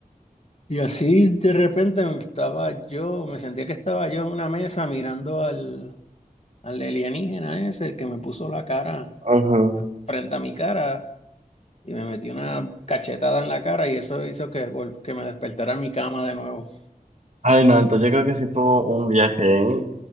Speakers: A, on the left (about 45°); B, on the right (about 50°).
A: Y así de repente estaba yo, me sentía que estaba yo en una mesa mirando al, al alienígena ese que me puso la cara
B: ujú.
A: frente a mi cara y me metí una cachetada en la cara y eso hizo que, vol- que me despertara en mi cama de nuevo.
B: Ay, no, entonces yo creo que sí fue un viaje, ¿eh?